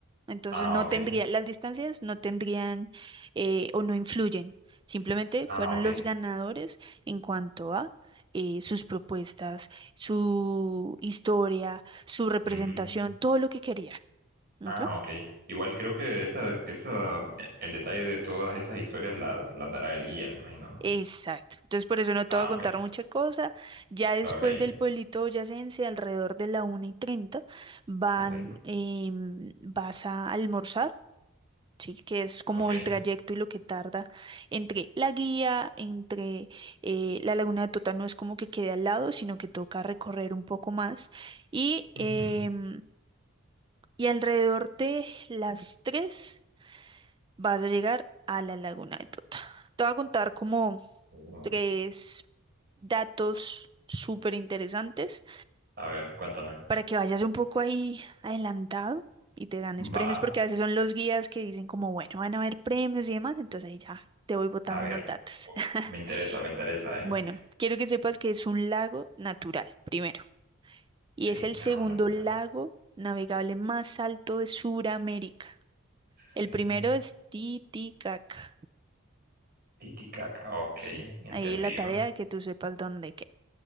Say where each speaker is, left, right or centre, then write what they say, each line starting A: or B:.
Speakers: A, on the right; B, on the right.
A: entonces
B: Ah,
A: no
B: ok.
A: tendría, las distancias no tendrían eh, o no influyen, simplemente
B: Ah,
A: fueron
B: ok.
A: los ganadores en cuanto a eh, sus propuestas, su historia, su representación,
B: Mm,
A: todo lo que querían.
B: Ah,
A: ¿ok?
B: ok. Igual creo que esa, esa, e- el detalle de todas esas historias las, las dará el guía, me imagino, ¿no?
A: Exacto. Entonces por eso no te
B: Ah,
A: voy a contar
B: ok.
A: mucha cosa. Ya después
B: Ok,
A: del pueblito boyacense, alrededor de la una y treinta, van,
B: ok,
A: em, vas a almorzar ¿sí? Que es como
B: ok.
A: el trayecto y lo que tarda entre la guía, entre eh, la Laguna de Tota no es como que quede al lado, sino que toca recorrer un poco más. Y, em,
B: Ujú.
A: y alrededor de las 3 vas a llegar a la Laguna de Tota. Te voy a contar como
B: Ujú.
A: tres datos súper interesantes
B: A ver, cuéntame.
A: para que vayas un poco ahí adelantado y te ganes
B: Va,
A: premios, porque a veces son los guías que dicen como, bueno, van a haber premios y demás, entonces ahí ya te voy botando
B: a ver.
A: unos datos.
B: Oh,
A: <laughs>
B: Me interesa, me interesa, ¿eh?
A: Bueno, quiero que sepas que es un lago natural, primero, y
B: Ok,
A: es el
B: lago
A: segundo
B: natural.
A: lago navegable más alto de Sudamérica. El
B: Según
A: primero es Titicaca.
B: Titicaca, ok,
A: Sí,
B: entendido.
A: ahí la tarea de que tú sepas dónde